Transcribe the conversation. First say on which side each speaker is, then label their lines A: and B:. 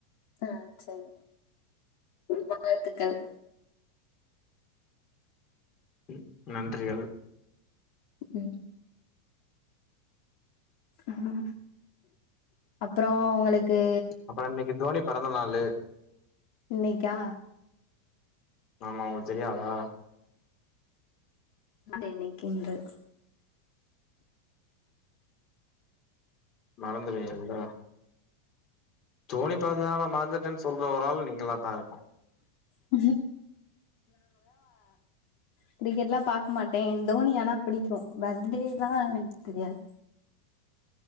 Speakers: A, on the left (about 55°); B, on the left (about 35°).
A: ஆ செரி நல்வாழ்த்துக்கள்
B: ம் நன்றிகள்
A: ம் அ அப்றோ உங்களுக்கு
B: அப்றோ இன்னக்கி தோனி பெறந்த நாளு
A: இன்னைக்கா
B: ஆமா உங்களுக்கு தெரியாதா
A: <inaudible> இன்னைக்கின்ற
B: மறந்துருவீங்கில்ல தோனி பொறந்தனால மறந்துட்டேன் சொல்ற ஒராள் நீங்களா தா இருக்கு
A: <unintelligible> கிரிக்கெட் எல்லா பாக்க மாட்டே தோனி ஆனா பிடிக்கு பர்த்டேல்லா எனக் தெரியாது